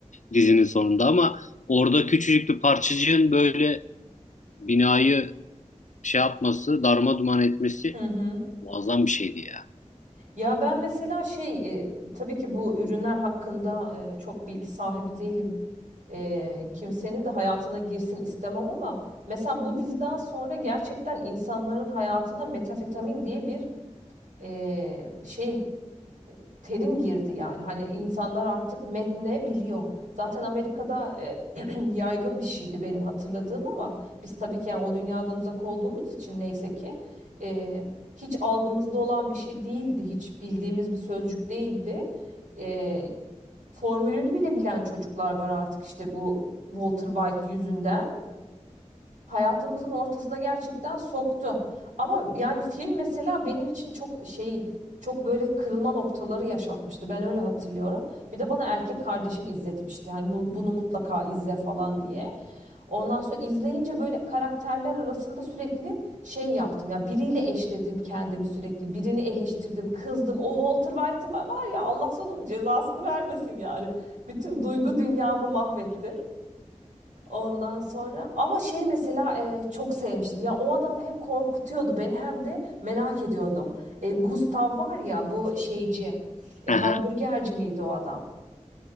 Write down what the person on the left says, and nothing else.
dizinin sonunda ama orada küçücük bir parçacığın böyle binayı şey yapması, darma duman etmesi
muazzam bir şeydi ya.
Aha,